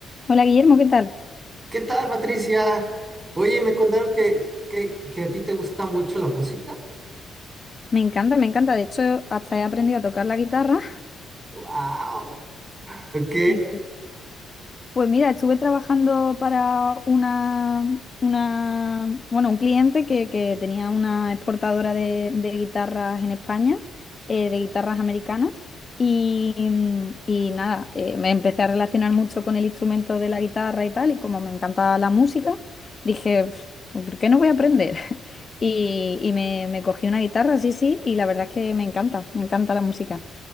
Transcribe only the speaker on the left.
Hola Guillermo, ¿qué tal?
Me encanta, me encanta. De hecho, hasta he aprendido a tocar la guitarra.
Sí, sí. Pues mira, estuve trabajando para una, una, bueno, un cliente que, que tenía una exportadora de, de guitarras en España, eh, de guitarras americanas. Y, mm, y nada, eh, me empecé a relacionar mucho con el instrumento de la guitarra y tal. Y como me encantaba la música, dije, "Pf, pues, ¿por qué no voy a aprender? <laughs> Y, y me, me cogí una guitarra, sí, sí, y la verdad es que me encanta, me encanta la música.